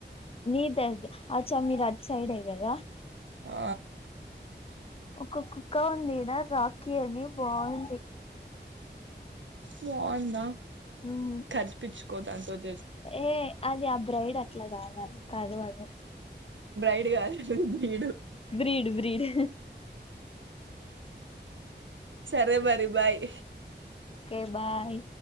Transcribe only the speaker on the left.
నీదగ ఆచ మీర్ అటు సైడే గదా
ఒక కుక్క ఉందిడా రాఖీ అని బాంది
మ్మ్
ఏ అది ఆ బ్రైడ్ అట్లా కాదా కర్వద
బ్రీడ్ బ్రీడ్
కే బాయ్